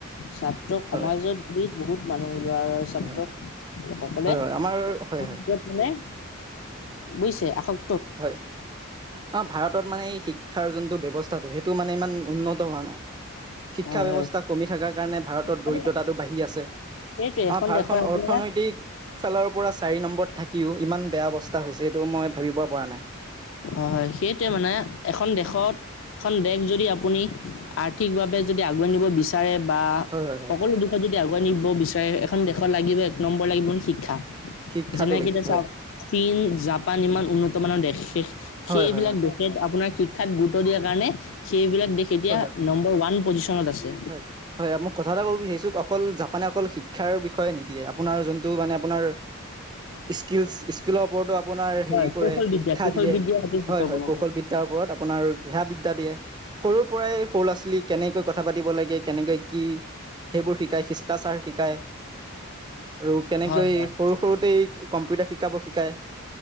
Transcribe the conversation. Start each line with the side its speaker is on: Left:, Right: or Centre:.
Left: ছাত্ৰ সমাজত
Right: হয়
Left: ধৰি বহুত মানুহ লৰা ছাত্ৰ
Right: হয়
Left: সকলে
Right: হয় হয় আমাৰ হয়
Left: <unintelligible>
Right: হয়
Left: বুইছে আসক
Right: হয় অ ভাৰতত মানে এই শিক শিক্ষাৰ যোনটো ব্যৱস্থাটো সেইটো মানে ইমান উন্নত হোৱা নাই শিক্ষা
Left: হয়
Right: ব্যৱস্থা
Left: হয়
Right: কমি থাকাৰ কাৰণে ভাৰতত
Left: মানে
Right: দৰিদ্ৰতাটো বাঢ়ি আছে
Left: সেইটোৱে
Right: আমাৰ
Left: এখন
Right: ভাৰতখন
Left: দেশৰ আপোনাৰ
Right: অৰ্থনৈতিক ফালৰ পৰা চাৰি নম্বৰত থাকিও ইমান বেয়া অৱস্থা হৈছে এইটো মই ভাবিব পৰা নাই
Left: আহ হয় সেইটোৱে মানে এখন দেশত এখন দেশ যদি আপুনি আৰ্থিকভাৱে যদি আগুৱাই নিব বিচাৰে বা
Right: হয় হয় হয়
Left: সকলো দিশত যদি আগুৱাই নিব বিচাৰে এখন দেশত লাগিব এক নম্বৰ লাগিব শিক্ষা
Right: শিক্ষাটো
Left: যেনেকে
Right: লাগি
Left: এতিয়া
Right: হয়
Left: চাওক চীন জাপান ইমান উন্নত মানৰ দেশ
Right: হয়
Left: সেইবিলাক
Right: হয় হয়
Left: দেশে আপোনাৰ শিক্ষাত গুৰুত্ব দিয়াৰ কাৰণে সেইবিলাক দেশ এতিয়া
Right: হয় হয়
Left: নম্বৰ ওৱান পজিচনত আছে
Right: হয় হয় মই কথা এটা ক'ব বিচাৰিছো অকল জাপানে অকল শিক্ষাৰ বিষয়ে নিদিয়ে। আপোনাৰ যোনটো মানে আপোনাৰ স্কিলচ স্কিলৰ ওপৰতো আপোনাৰ হেৰি
Left: হয়
Right: কৰে
Left: কৌশল বিদ্যা
Right: শিক্ষা
Left: কৌশল
Right: দিয়ে।
Left: বিদ্যা অতি গুৰুত্বপূৰ্ণ
Right: হয় হয় কৌশল বিদ্যাৰ ওপৰত আপোনাৰ <unintelligible> বিদ্যা দিয়ে সৰুৰ পৰাই সৰু লৰা ছোৱলীক কেনেক কথা পাতিব লাগে কেনেকৈ কি সেইবোৰ শিকায় শিষ্টাচাৰ শিকায়। আৰু কেনেকৈ
Left: হয় হয়
Right: সৰু সৰুতে কম্পিউটাৰ শিকাব শিকায়।